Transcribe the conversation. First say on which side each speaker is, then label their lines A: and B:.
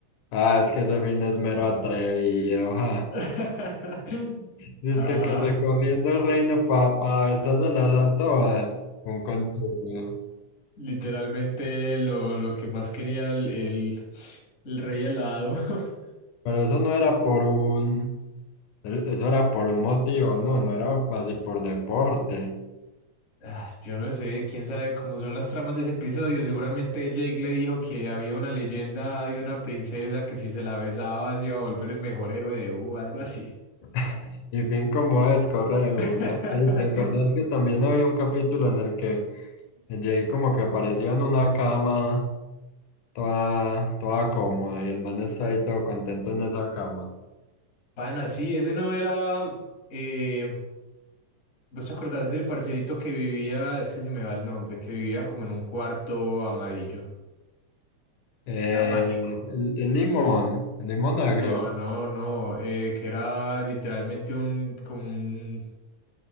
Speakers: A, on the left; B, on the left.
A: Ah, es que ese fin es mero atrevido, ja.
B: <laughs>
A: Dice
B: Ajá.
A: que, que recorriendo el reino para besárselas a todas. Un conchudo.
B: Literalmente lo, lo que más quería el, el, el rey helado. <laughs>
A: Pero eso no era por un, eh, eso era por un motivo, no, no era así por deporte.
B: Ah, Yo no sé, quién sabe cómo son las tramas de ese episodio. Seguramente Jake le dijo que había una leyenda de una princesa que si se la besaba se iba a volver el mejor héroe de U, algo así.
A: <laughs> Y fin como es, corre de una.
B: <laughs>
A: Y te acordás que también había un capítulo en el que Jay como que apareció en una cama toda, toda cómoda y el man está ahí todo contento en esa cama.
B: Pana, sí, ese no era. eh, ¿vos te acordás del parcerito que vivía? Es que se me va el nombre, que vivía como en un cuarto amarillo,
A: Eh,
B: que era mágico.
A: el, el limón, el limón agrio,
B: No, no, no, eh, que era literalmente un, como un,